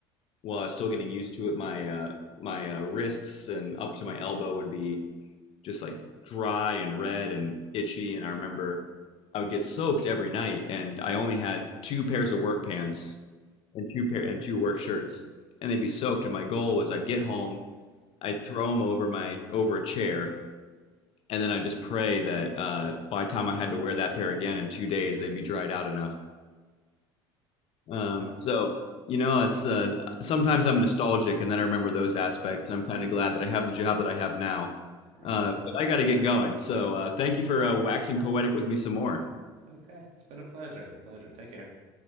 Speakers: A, on the left (about 55°); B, on the right (about 65°).
A: while I was still getting used to it, my uh, my uh, wrists and up to my elbow would be just like dry and red and itchy. And I remember I would get soaked every night, and I only had two pairs of work pants and two pair and two work shirts, and they'd be soaked. And my goal was I'd get home, I'd throw them over my over a chair, and then I'd just pray that uh, by the time I had to wear that pair again in two days, they'd be dried out enough. Um,
B: Well,
A: so, you know, it's uh, sometimes I'm nostalgic and then I remember those aspects. I'm kind of glad that I have the job that I have now.
B: right.
A: Uh, but I got to get going. So, uh, thank you for uh, waxing poetic with me some more.
B: Okay. It's been a pleasure. Pleasure. Take care.